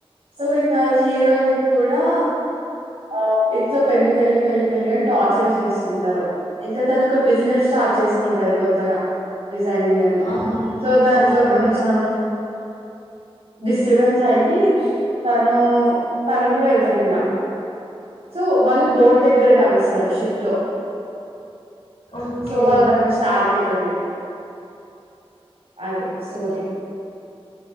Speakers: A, on the right (about 80°); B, on the left (about 80°).
A: సో ఇంకా హీరోయిన్ కూడా ఆ ఇంట్లో పెళ్లి పెళ్లి పెళ్లి పెళ్లి అంటు టార్చర్ చేస్తుంటారు ఇక తనకు బిజినెస్ స్టార్ట్ చేసుకుంటాది కొత్తగా బిస్ ఎన <inaudible> హ బియ్యాన్ని
B: ఆహా
A: సో దాంట్లో
B: ఓకే
A: కొంచెం డిస్టర్బెన్స్ అయి తను తను కూడా వెళ్తది ఇంకా సో వాళ్ళు బోర్ట్ దగ్గర కలుస్తారు షిప్ లో
B: ఓకే
A: సో వాళ్లది అక్కడ స్టార్ట్ అయితది అదే స్టోరి